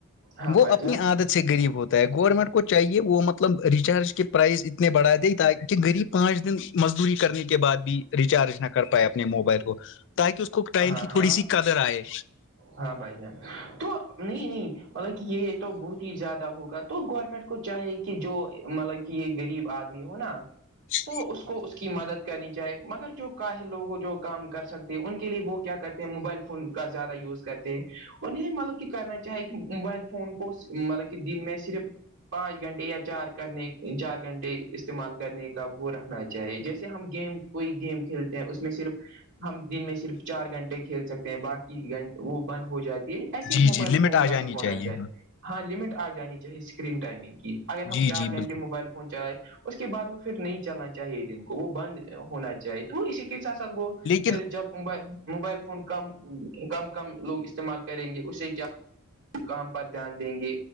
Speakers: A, on the right; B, on the left.
A: ہاں
B: وہ
A: بھائی
B: اپنی
A: جان
B: عادت سے غریب ہوتا ہے گورنمنٹ کو چاہیے وہ مطلب ریچارج کے پرائز اتنے بڑھا دے تاکہ غریب پانچ دن مزدوری کرنے کے بعد بھی ریچارج نہ کر پائے اپنے موبائل کو تاکہ اس کو ٹائم
A: ہاں
B: کی
A: ہاں
B: تھوڑی سی قدر آئے
A: ہاں بھائی جان توھ نہیں نہیں مطلب کہ یہ تو بہت ہی زیادہ ہوگا تو گورنمنٹ کو چاہے کہ جو مطلب کہ کہ یہ غریب آدمی ہو نا
B: شھ
A: تو اس کو اس کی مدد کرنی چاہے مگر جو کااہل لوگوں جو کام کر سکتے ان کے لیے وہ کیا کہتے ہیں موبائل فون زیادہ یوز کرتے ہیں انہیں مطلب کہ کرنا چاہے کہ موبائل فون کو مطلب کہ دن میں صرف پانچ گھنٹے یا چار کرنے چار گھنٹے استعمال کرنے کا وہ رکھنا چاہیے جیسے ہم گیم کوئی گیم کھیلتے ہیں اس میں صرف ہم دن میں صرف چار گھنٹے کھیل سکتے ہیں باقی گھنٹ وہ بند ہو جاتی ہے ایسے
B: جی
A: موبائل
B: جی لمٹ
A: فون
B: آ
A: کا
B: جانی
A: بھی ہونا چاہیے
B: ہاں
A: ہاں لمٹ آ جانی چاہے اسکرین ٹائمنگ کی اگر ہم
B: جی
A: چار
B: جی بالکل
A: گھنٹے موبائل فون چلائے اس کے بعد وہ پھر نہیں چلنا چاہے دن کو وہ بند ہونا چاہے تو اسی کے ساتھ ساتھ وہ
B: لیکن
A: جب موبائل فون کم کم کم لوگ استعمال کریں گے اس سے کیا کام پر دھیان دیں گے